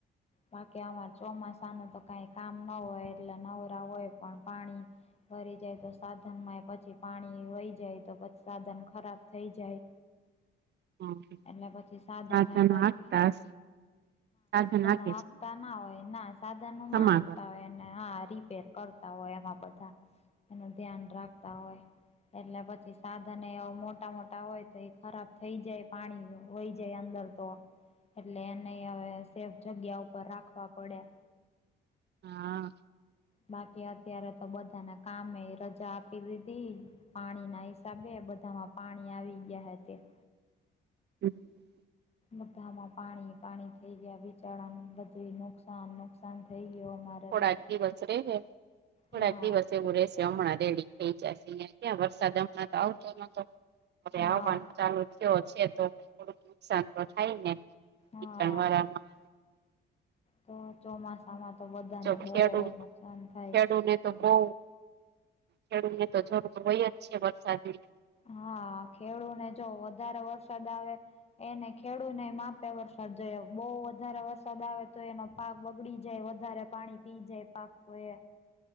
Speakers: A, on the left; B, on the right.
A: બાકી અમાર ચોમાસાનુ તો કઈ કામ ન હોય એટલે નવરા હોય પણ પાણી ભરી જાય તો સાધનમાં પછી પાણી વહી જાય તો પછી સાધન ખરાબ થઈ જાય.
B: <inaudible> હમ્મ
A: એટલે પછી સાધનોય
B: સાધન
A: હરખે
B: હાંકતા હશે સાધન હાંક
A: હાકતા ના હોય ના સાધનનો ના
B: સમાવર
A: હાંકતા એને. હા રીપેર કરતા હોય એમાં બધા એનું ધ્યાન રાખતા હોય. એટલે પછી સાધન એવા મોટા-મોટા હોય તો ખરાબ થઈ જાય પાણી વય જાય અંદર તો એટલે એને હવે સેફ જગ્યા ઉપર રાખવા પડે.
B: હા.
A: બાકી અત્યારે તો બધાને કામે એ રજા આપી દીધી. પાણીના હિસાબે બધામાં પાણી આવી ગયા હે તે.
B: <inaudible>
A: બધામાં પાણી-પાણી થઈ ગયા, વિચાડાનું બધું નુકસાન નુકસાન થઈ ગયું અમારે
B: થોડાક
A: તો
B: દિવસ રેય ને થોડાક
A: હા
B: દિવસ એવું રેસે. હમણાં રેડી થઈ જશે ક્યાં વરસાદ હમણાં તો આવતો નતો હવે
A: હા
B: આવવાનું ચાલુ થયો છે તો થોડુંક નુકસાન તો થાય ને,
A: હા
B: નિચાણવાળામાં
A: તો ચોમાસામાં તો બધાને
B: જો
A: બહુ
B: ખેડૂ
A: નુકસાન થાય.
B: ખેડૂને તો બઉ ખેડૂતને તો જરૂર હોય જ છે વરસાદની.
A: હા ખેડૂને જો વધારે વરસાદ આવે એને ખેડૂને માપે વરસાદ જોયો બહુ વધારે વરસાદ આવે તો એનો પાક બગડી જાય વધારે પાણી પી જાય પાક તો એ